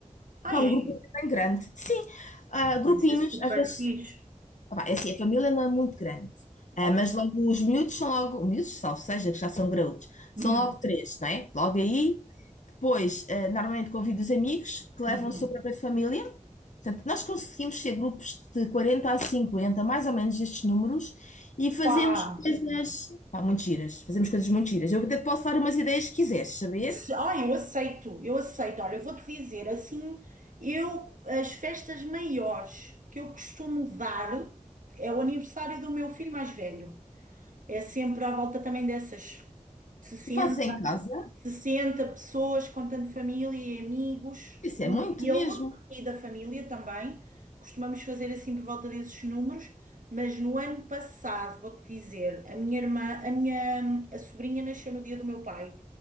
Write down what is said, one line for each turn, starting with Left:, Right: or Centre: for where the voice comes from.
Right: Ah,
Left: pá,
Right: é?
Left: um grupo bem grande. Sim, ah, grupinhos,
Right: Isso é super
Left: às vezes,
Right: fixe.
Left: ah, pá, é assim, a família não é muito grande, Ah,
Right: Ah.
Left: mas logo os miúdos são logo, miúdos, salvo seja, que já são graúdos,
Right: Uhum.
Left: são logo três, não é? Logo aí, depois, ah, normalmente convido os amigos que levam
Right: Uhum.
Left: a sua própria família. Portanto, nós conseguimos ser grupos de quarenta a cinquenta mais ou menos destes números, e fazemos
Right: Pá,
Left: coisas, pá, muito giras, fazemos coisas muito giras. Eu até te posso dar umas ideias que quiseres saber,
Right: Se- Ah, eu aceito, eu aceito. Olha, eu vou-te dizer assim, eu as festas maiores que eu costumo dar é o aniversário do meu filho mais velho. É sempre à volta também dessas 60,
Left: e fazes em casa,
Right: 60 pessoas, contando família e amigos
Left: isso
Right: do
Left: é muito
Right: ele
Left: mesmo.
Right: e da família também. Costumamos fazer assim por volta desses números, mas no ano passado, vou-te dizer, a minha irmã, a minha a sobrinha nasceu no dia do meu pai